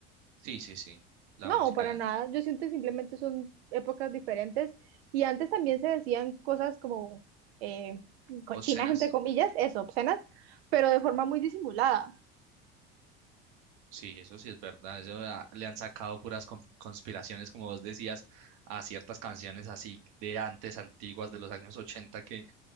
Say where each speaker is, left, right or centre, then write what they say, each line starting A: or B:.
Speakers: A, on the right; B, on the right.
A: Sí, sí, sí, la
B: No,
A: música
B: para
A: de antes.
B: nada. Yo siento que simplemente son épocas diferentes y antes también se decían cosas como eh, cochinas,
A: Obscenas,
B: entre comillas, eso, obscenas, pero de forma muy disimulada.
A: sí, eso sí es verdad. Eso ah, le han sacado puras con- conspiraciones, como vos decías, a ciertas canciones así de antes, antiguas, de los años 80, que